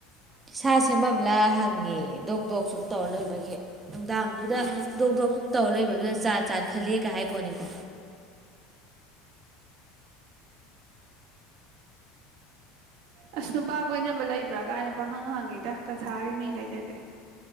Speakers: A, on the right (about 15°); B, on the right (about 60°).
A: ꯁꯥ ꯁꯦꯝꯃꯝꯂ ꯍꯪꯉ ꯑꯦ ꯗꯣꯛ ꯗꯣꯛꯁꯨꯝ ꯇꯧꯔ ꯂꯩꯕꯒꯤ ꯅꯨꯡꯗꯥꯡꯗꯨꯗ
B: ꯎꯝ
A: ꯗꯣꯛ ꯗꯣꯛ ꯁꯨꯝ ꯇꯧꯔ ꯂꯩꯕꯗꯨꯗ ꯖꯥꯠ ꯖꯥꯠ ꯈꯜꯂꯦꯒ ꯍꯥꯏ ꯄꯣꯠꯅꯤꯀꯣ
B: ꯑꯁ ꯅꯨꯄꯥ ꯀꯣꯏꯅꯕ ꯂꯩꯕ꯭ꯔꯥ ꯀꯥꯏꯅ ꯄꯥꯈꯪ ꯍꯪꯉꯤꯗ ꯀꯁꯥꯔꯒꯤ ꯃꯤꯒꯩꯗꯗꯤ